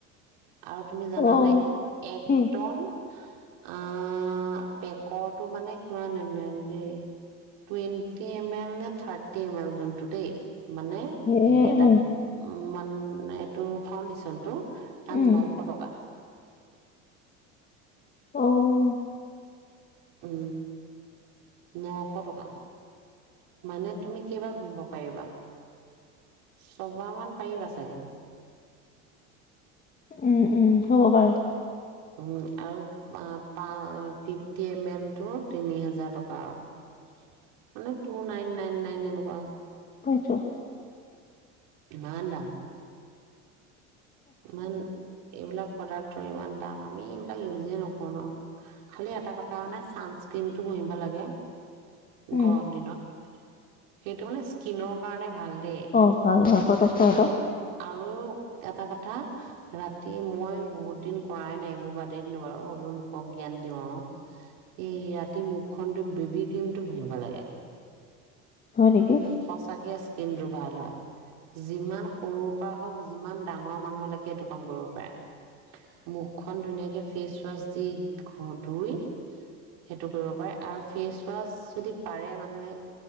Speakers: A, on the right; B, on the left.
A: আৰু তুমি জানানে
B: অ
A: একদম
B: কি
A: আ আ আ আ আ, পেকৰটো মানে কিমান এমাউনট দে টুইৱেন টি এম এল নে, থাৰ্টি এম এল যোনটো দেই। মানে
B: এ
A: হেৰি এটা
B: অ
A: উ মান এ, এইটো ফাউণ্ডেশ্যনটো
B: উম
A: দাম নশ টকা।
B: অ অ অ।
A: উম, নশ টকা। মানে তুমি কেইবাৰ ঘহিব পাৰিবা। ছবাৰ মান পাৰিবা চাগে।
B: উম, উম, হ'ব পাৰে।
A: হু হু হু, আৰু মা-পা অ, ফিফটি এম এলটো তিনি হাজাৰ টকা আৰু মানে টু নাইন-নাইন-নাই তেনেকুৱা আছে
B: বুজিছোঁ।
A: ইমান দাম ইমান, এইবিলাপ প্ৰডাক্টৰ ইমান দাম। আমি এইবিলাক ইউজে নকৰো ন। খালি এটা কথা মানে চানচক্ৰীমটো ঘহিবা লাগে।
B: উম
A: গৰম দিনত। সেইটো মানে স্কিনৰ কাৰণে ভাল। দেই
B: অ', ভাল-ভাল প্ৰডাক্টটো এইটো।
A: আৰু আৰু এটা কা থা। অহ, ৰাতি মই বহুত দিন কৰায় নাই এইবোৰ। বাদেই দিলো বাৰু অ লো লোকক জ্ঞান দিয়ো আৰু এই ৰাতি মুখখন ধুই বেবি ক্ৰীমটো ঘহিব লাগে।
B: হয় নেকি
A: সঁচা কেছ কিন্তু ভাল হয়। যিমান সৰুৰ পৰা হওক যিমান ডাঙৰ মানুহলৈকে এইটো কাম কৰিব পাৰে। মুখখন ধুনীয়াকে ফেচৱাছ দি ঘ-ধুই। সেইটো কৰিব পাৰে আৰু ফেচৱাছ যদি পাৰে মানুহে